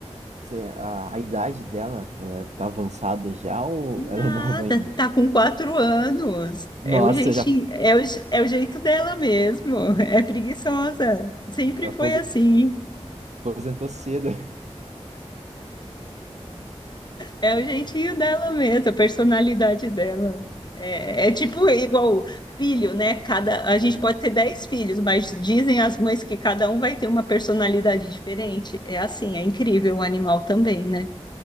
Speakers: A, on the right; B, on the left.
A: cê- A, a idade dela, ela tá avançada já ou
B: Nada,
A: ela é nova ainda?
B: tá com quatro anos.
A: Nossa,
B: É o jeitinho,
A: já
B: é o, je- é o jeito dela mesmo. É preguiçosa. Sempre
A: apose-
B: foi assim.
A: aposentou cedo.
B: É o jeitinho dela mesmo, a personalidade dela. É, é tipo igual filho, né? Cada, a gente
A: Aham.
B: pode ter dez filhos, mas dizem as mães que cada um vai ter uma personalidade diferente. É assim, é incrível o animal também, né?